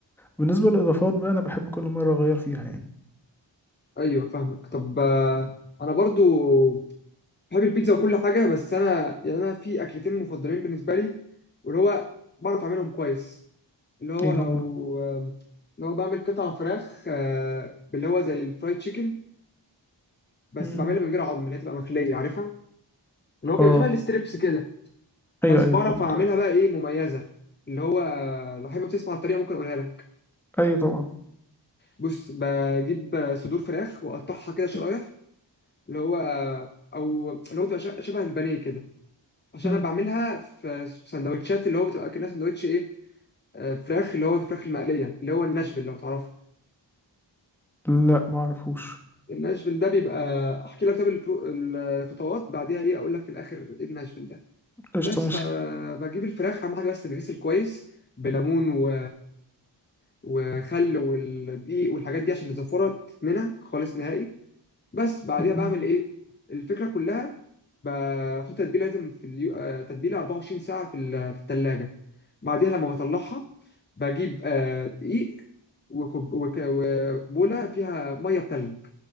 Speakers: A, in the centre; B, on the left (about 25°).
A: بالنسبه للاضافات بقى انا بحب كل مره اغير فيها يعني
B: ايوه فاهمك طب آه، انا برضو بحب البيتزا وكل حاجه بس انا يعني انا في اكلتين مفضلين بالنسبه لي واللي هو بعرف اعملهم كويس اللي هو
A: ايه
B: لو
A: هما
B: آم، لو بعمل قطع فراخ آه، باللي هو زي الفرايد تشيكن بس
A: مم.
B: بعملها من غير عظم اللي هي تبقى مخليه عارفها اللي هو بيبقى
A: اه
B: شبه الستريبس كده بس
A: ايوه ايوه
B: بعرف
A: فهمت
B: اعملها بقى ايه مميزه اللي هو لو حابب تسمع الطريقه ممكن اقولها لك
A: ايوه طبعا
B: بص بجيب صدور فراخ واقطعها كده شرايح اللي هو او اللي هو تبقى ش- شبه البانيه كده عشان
A: مم.
B: انا بعملها في في سندوتشات اللي هو بتبقى كأنها سندوتش ايه آه، فراخ اللي هو الفراخ المقليه اللي هو الناشفيل لو تعرفها
A: لا ما اعرفوش
B: الناشفيل ده بيبقى احكي لك طب البرو- الخطوات بعديها ايه اقول لك في الاخر ايه الناشفيل ده
A: قشطه
B: بس
A: ماشي
B: فبجيب الفراخ اهم حاجه بس تتغسل كويس بليمون و وخل والدقيق والحاجات دي عشان الزفرة تتمنع خالص نهائي بس بعديها
A: مم.
B: بعمل ايه الفكره كلها بحط تتبيله لازم في اليو... آه، تتبيله 24 ساعه في ال- في الثلاجه بعديها لما بطلعها بجيب آه، دقيق وكوب... وك... وبوله فيها ميه بتلج